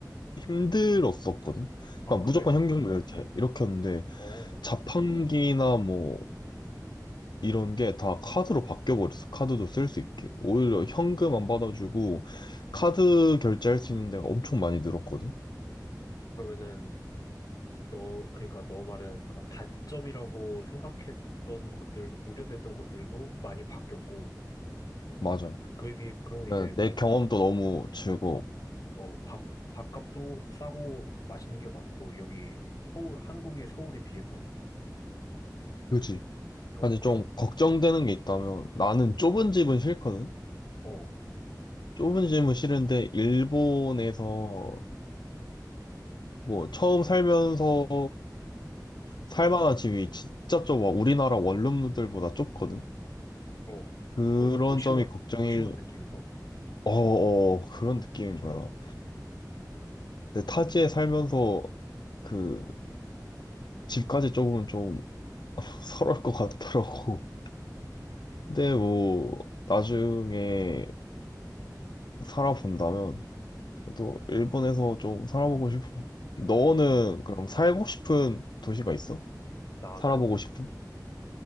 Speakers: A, on the left (about 85°); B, on the left (about 50°).
A: 힘들었었거든?
B: 아,
A: 그러니까
B: 그래?
A: 무조건 현금 결제, 이렇게 했는데,
B: 어.
A: 자판기나 뭐, 이런 게 다 카드로 바뀌어버렸어. 카드도 쓸 수 있게. 오히려 현금 안 받아주고, 카드 결제할 수 있는 데가 엄청 많이 늘었거든.
B: 그러면은, 너, 그러니까 너 말은, 그러니까 단점이라고 생각했던 것들, 우려됐던 것들도 많이 바뀌었고,
A: 맞아.
B: 그에 비해, 그럼
A: 네,
B: 이제
A: 내
B: 뭐,
A: 경험도 너무 즐거워.
B: 어, 밥, 밥값도 싸고 맛있는 게 많고, 여기 서울, 한국의 서울에 비해서,
A: 그지?
B: 어,
A: 사실
B: 그,
A: 좀 걱정되는 게 있다면 나는 좁은 집은 싫거든?
B: 어,
A: 좁은 집은 싫은데 일본에서 뭐 처음 살면서 살만한 집이 진짜 좁아. 우리나라 원룸들보다 좁거든?
B: 어.
A: 그런
B: 거의 고시원,
A: 점이 걱정일,
B: 고시원 느낌인가?
A: 어어, 그런 느낌인 거야. 근데 타지에 살면서 그 집까지 좁으면 좀 <laughs> 서러울 것 같더라고. 근데 뭐 나중에 살아본다면 그래도 일본에서 좀 살아보고 싶어. 너는
B: 음,
A: 그럼 살고 싶은 도시가 있어?
B: 나는,
A: 살아보고 싶은?